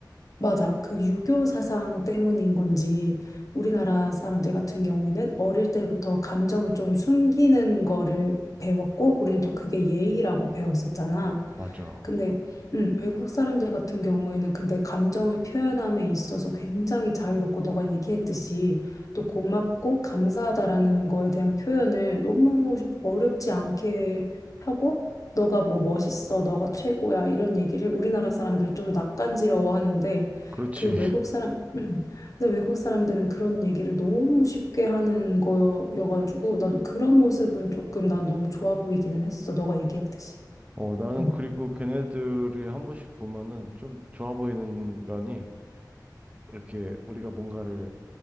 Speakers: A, on the left; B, on the right.
A: 맞아. 그 유교 사상 때문인 건지 우리나라 사람들 같은 경우에는 어릴 때부터 감정을 좀 숨기는 거를 배웠고 우리는 또 그게 예의라고 배웠었잖아.
B: 맞아.
A: 근데 음, 외국 사람들 같은 경우에는 근데 감정을 표현함에 있어서 굉장히 자유롭고 너가 얘기했듯이 또 고맙고 감사하다라는 거에 대한 표현을 너무 어렵지 않게 하고 너가 뭐 멋있어, 너가 최고야 이런 얘기를 우리나라 사람들은 좀 낯간지러워하는데
B: 그렇지.
A: 그 외국
B: <laughs>
A: 사람, 음. 근데 외국 사람들은 그런 얘기를 너무 쉽게 하는 거여가지고, 나도 그런 모습은 조금 난 너무 좋아 보이기는 했어. 너가 얘기했듯이.
B: 어, 나는
A: 음.
B: 그리고 걔네들이 한 번씩 보면은 좀 좋아 보이는 면이 이렇게 우리가 뭔가를